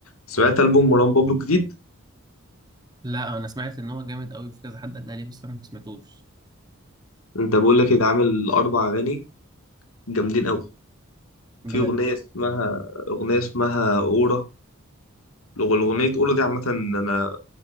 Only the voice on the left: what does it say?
سمعت ألبوم مروان بابلو الجديد
ده بقول لك ده عامل أربع أغاني جامدين أوي
في أغنية اسمها أغنية اسمها أورا الأغ- الأغنية أورا دي عامة أنا